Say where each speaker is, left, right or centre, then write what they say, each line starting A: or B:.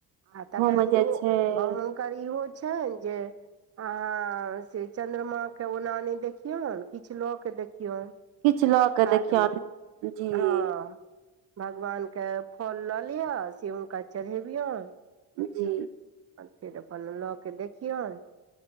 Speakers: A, on the right; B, on the right.
A: आ तखन
B: मे
A: इहो
B: जे छै
A: हुनकर इहो छन जे अहां से चंन्द्रमा के ओनाने देखियौन किछ लके देख कओ
B: किछु लऽ के
A: हातमे
B: देखियौन जी
A: हाँ भगवानके फल लऽ लिअ से हुनका चढ़ेबियोन।
B: जी
A: फेर अपन लऽ के देखियऔन